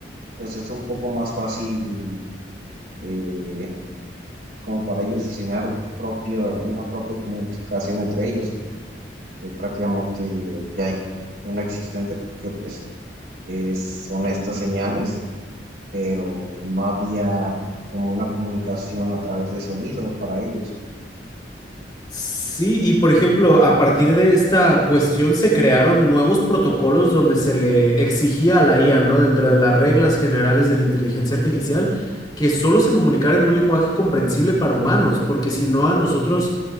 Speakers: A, on the right; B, on the left.
A: pues es un poco más fácil eh, como para ellos diseñar un propio, una propia comunicación entre ellos, que prácticamente ya hay una existente, que pues es- son estas señales, pero no había como una comunicación a través de sonido para ellos.
B: Sí, y por ejemplo, a partir de esta cuestión se crearon nuevos protocolos donde se le exigía a la IA, ¿no? Dentro de las reglas generales de la inteligencia artificial, que solo se comunicara en un lenguaje comprensible para humanos, porque si no a nosotros